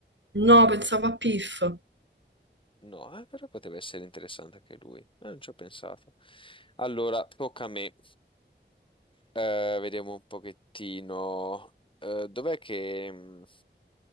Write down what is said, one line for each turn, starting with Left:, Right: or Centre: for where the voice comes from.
Right: No, pensavo a Piff.
Left: No, eh, però poteva essere interessante anche lui. Eh, non ci ho pensato. Allora, tocca a me. Eh, vediamo un pochettino. Eh, dov'è che mh,